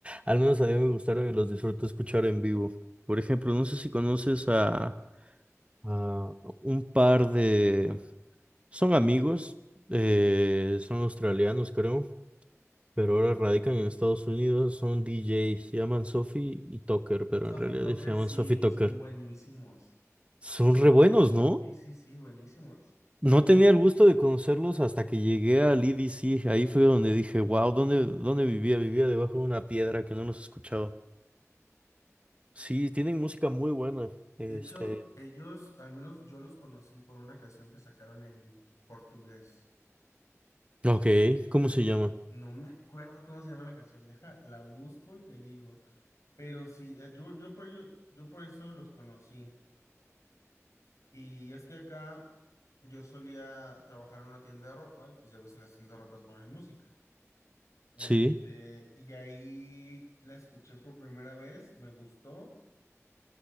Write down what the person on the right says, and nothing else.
al menos a mí me gustaron y los disfruto escuchar en vivo. Por ejemplo, no sé si conoces a Ah, un par de... Son amigos, eh,
son australianos creo, pero ahora radican en Estados Unidos, son DJs, se llaman Sophie y Tucker, pero
en realidad
se llaman
Sophie y Tucker.
Son re buenos, ¿no?
No tenía el gusto de conocerlos hasta que llegué al EDC, ahí fue donde dije, wow, ¿dónde, dónde vivía? Vivía debajo de una piedra que no los escuchaba. Sí, tienen música muy buena. Este...
Ok, ¿cómo se llama?
Sí.